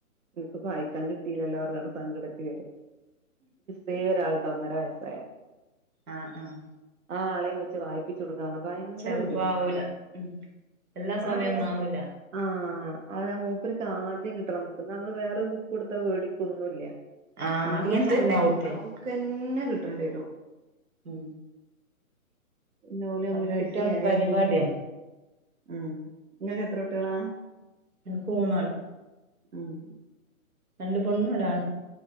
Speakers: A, on the right (about 60°); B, on the right (about 80°).
A: എനിക്ക് വായിക്കാൻ കിട്ടീലല്ലോന്ന് പറഞ്ഞങ്ങട് സങ്കടത്തിൽ വരും. വേറെ ഒരാളുണ്ട് ഒന്നര വയസ്സായ
B: ആഹ് ആഹ്
A: ആ ആളെയും വെച്ച് വായിപ്പിച് ച്ചൊട്ക്കർഞ ഭയങ്കര
B: ചെലപ്പോ
A: ബുദ്ധിമുട്ടാണ്
B: ആവൂല ഉം എല്ലാ
A: ആർക്കങ്ങനെ
B: സമയൊന്നും ആവൂല
A: ആഹ് അതേ മൂപ്പർക്ക് ആദ്യം കിട്ടണം ബുക്ക് നമ്മൾ വേറൊരു ബുക്ക് കൊടുത്താ വേടിക്കൊന്നുമില്ല.
B: ആഹ്
A: നമ്മൾ
B: അങ്ങനെ
A: ഈ പറഞ്ഞു
B: തന്നെയാ
A: കൊടുക്കണ
B: കുട്ടികള്
A: ബുക്കെന്ന കിട്ടേണ്ടി വരും.
B: ഉം
A: ന്നെ ഓല് തമ്മിൽ
B: അത്
A: അടിയായി
B: കുട്ടികളെ പരിപാടിയാ
A: ഉം നിങ്ങൾക്ക് എത്ര കുട്ടികളാ
B: എനിക്ക് മൂന്നാള്
A: ആഹ് ഉം
B: രണ്ട് പെണ്ണും ഒരാണും